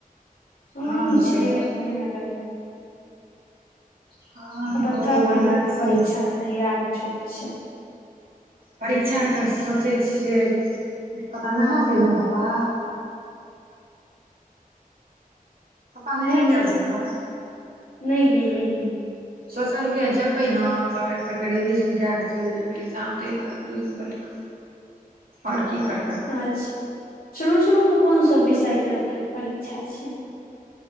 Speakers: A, on the left; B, on the right.
A: हम
B: हँ हँ
A: छियै
B: कहियौ
A: अपने नगरमे।
B: हँ
A: बताउ
B: हमहुँ बढ़िया
A: केना की
B: छी
A: परीक्षा के तैयारी चलैय छैय।।
B: परीक्षाके सोचे छियै, पपा नहा के एलाए पापा। पप्पा नहा
A: नय-नय,
B: के आयल छलै
A: नई यई, नई यई।
B: सोचलियए जेबै ने त एकबेर रिविजन कए कऽ चलि जेबै एग्जाम दै लए दू दिन पइढऽ क। आओर की करबै।
A: अच्छा शुरू-शुरूमे कोन सब विषयके परीक्षा छैय।